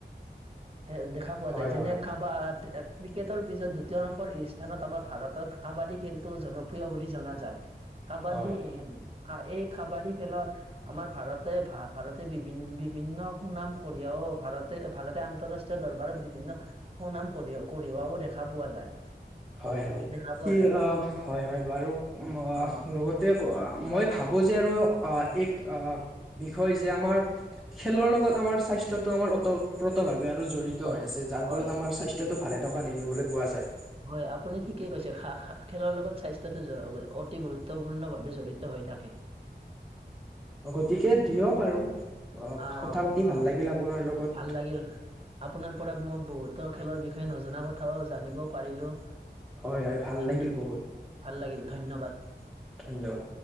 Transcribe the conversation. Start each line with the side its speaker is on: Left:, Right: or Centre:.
Right: সে দেখা পোৱা
Centre: হয়
Right: যায় যে
Centre: হয়
Right: ন কাবাড ক্ৰিকেটৰ পিছত দ্বিতীয় নম্বৰ স্থানত আমাৰ ভাৰতত কাবাডী খেলটো জনপ্ৰিয় বুলি জনা যায়। কাবাডী
Centre: হয়
Right: এই কাবাডী খেলত আমাৰ ভাৰতে ভা ভাৰতে বিভিন বিভিন্ন সুনাম কঢ়িয়াইও ভাৰতে ভাৰতে আন্তঃৰাষ্ট্ৰীয় দৰবাৰত বিভিন্ন সুনাম কৰি কঢ়িওৱাও দেখা পোৱা যায়।
Centre: হয় হয়
Right: দেখা পোৱা
Centre: কি
Right: যায়
Centre: হয় হয় বাৰু
Right: অ
Centre: লগতে মই ভাবোঁ যে আৰু এক বিষয় যে আমাৰ খেলৰ লগত আমাৰ স্বাস্থ্যটো আমাৰ ওতঃপ্ৰত ভাৱে আৰু জড়িত
Right: হয়
Centre: হৈ আছে যাৰ
Right: হয়
Centre: ফলত আমাৰ
Right: ঠিক
Centre: স্বাস্থ্যটো ভালে থকা দেখিবলৈ পোৱা যায়।
Right: হয় আপুনি ঠিকেই কৈছে। খা খা খেলৰ লগত স্বাস্থ্যটো অতি গুৰুত্বপূৰ্ণভাৱে জড়িত হৈ থাকে।
Centre: অ গতিকে দিয়ক আৰু
Right: অ
Centre: কথা পাতি ভাল
Right: অ অ
Centre: লাগিল আপোনাৰ লগত
Right: ভাল লাগিল আপোনাৰ পৰা মই বহুত খেলৰ বিষয়ে নজনা কথাও জানিব পাৰিলোঁ।
Centre: হয় হয় ভাল
Right: ধন্য
Centre: লাগিল বহুত
Right: ভাল লাগিল ধন্যবাদ।
Centre: ধন্যবাদ